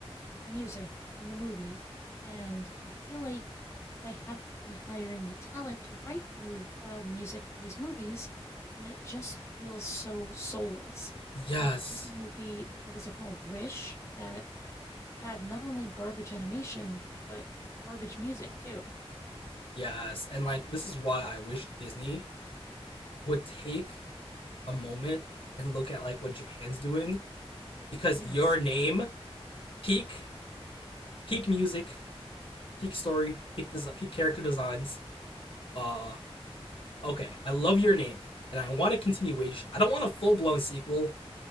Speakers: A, on the left; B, on the left.
A: music in the movies, and I feel like they haven't been hiring the talent to write the mov- uh, music for these movies, and it just feels so soulless.
B: <laughs> yes.
A: Like the Disney movie, what was it called? Wish, that had not only garbage animation, but garbage music too.
B: Yes. And like this is why I wish Disney would take a moment and look at like what Japan's doing because
A: Yes,
B: your name peak peak music, peak story, peak des- peak character designs, uh okay, I love your name, and I want a continuation. I don't want a full blown sequel.